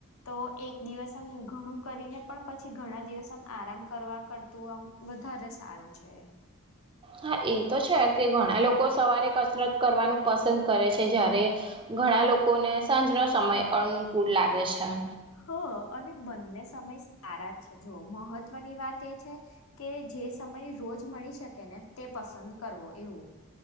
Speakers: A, on the left (about 75°); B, on the right (about 25°).
A: તો એક દિવસ આમ ઘણું કરીને પણ પછી ઘણા દિવસ આમ આરામ કરવા કરતું આમ વધારે સારું છે
B: હા એ તો છે કે ઘણા લોકો સવારે કસરત કરવાનું પસંદ કરે છે જ્યારે ઘણા લોકોને ને સાંજનો સમય અનુકૂળ લાગે છે એમ.
A: હ અને બંને સમય સારા જ છે જો મહત્વની વાત તે છે કે જે સમય રોજ મળી શકે ને તે પસંદ કરવો એવું.